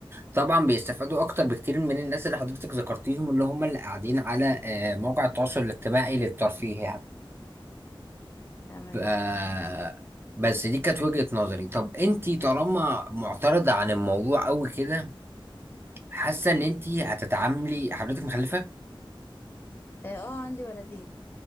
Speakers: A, on the right; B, on the left.
A: طبعا بيستفادوا اكتر بكتير من الناس اللي حضرتك ذكرتيهم اللي هم اللي قاعدين على آه، مواقع التواصل الاجتماعي للترفيه يعني
B: تمام
A: ف- آه،
B: تمام
A: بس دي كانت وجهة نظري طب انتي طالما معترضة عن الموضوع قوي كده حاسة ان انتي هتتعاملي حضرتك مخلفة
B: اه آه، عندي ولدين